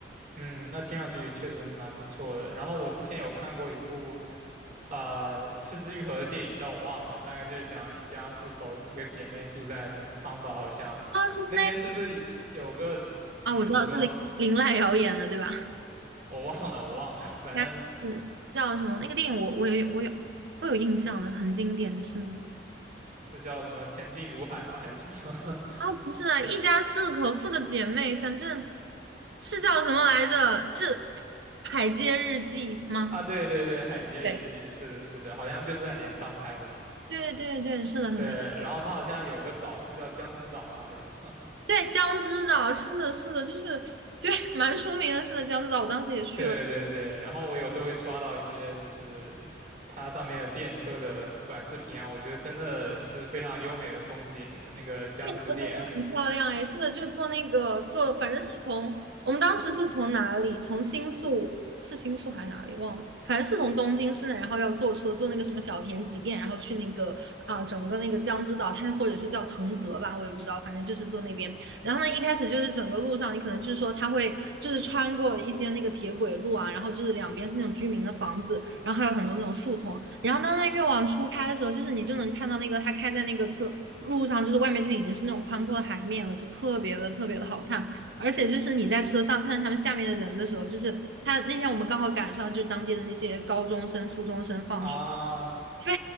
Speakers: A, on the right; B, on the right.
A: 嗯，那听上去确实蛮不错的。然后我之前有看过一部，啊《失之愈合的电影，但我忘了，大概就是讲一家四口，几个姐妹住在镰仓吧，好像那边是不是有个，
B: 啊，是那啊，
A: 嗯，
B: 我知道是林林濑遥演的对吧？
A: 你说我忘了，我忘了，反正
B: 应该是叫什么那个电影我，我有我有我有印象的，很经典，是的
A: 是叫什么前进如海吗，还是什么？<laughs>
B: 啊，不是啊，一家四口，四个姐妹，反正是叫什么来着？是《海街日记》吗？
A: 啊，对对对，《海街日记》是的，
B: 对，
A: 是的，好像就是在镰仓拍的吧？
B: 对对对，是的，很便宜
A: 对，然后它好像有个岛是叫江之岛吗？还是什么？
B: 对，江之岛，是的，是的，就是对，蛮出名的，是的，江之岛，我当时也去了。
A: <laughs> 对对对，然后我有时候会刷到一些就是它上面的电车的短视频啊，我觉得真的是非常优美的风景，那个江之电
B: 变色真的很漂亮哎，是的，就坐那个坐，反正是从我们当时是从哪里，从新宿是新宿还是哪里忘了，反正是从东京市内，然后要坐车坐那个什么小田急电，然后去那个啊、整个那个江之岛，它或者是叫藤泽吧，我也不知道，反正就是坐那边。然后呢，一开始就是整个路上，你可能就是说他会就是穿过一些那个铁轨路啊，然后就是两边是那种居民的房子，然后还有很多那种树丛。然后当它越往出开的时候，就是你就能看到那个它开在那个车路上，就是外面就已经是那种宽阔的海面了，就特别的特别的好看。而且就是你在车上看着他们下面的人的时候，就是他那天我们刚好赶上就当地的那些高中生、初中生放学，
A: <laughs> 啊，
B: 非